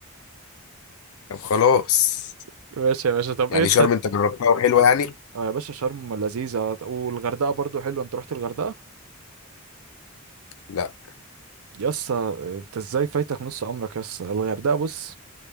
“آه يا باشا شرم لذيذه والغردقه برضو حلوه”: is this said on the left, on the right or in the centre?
Right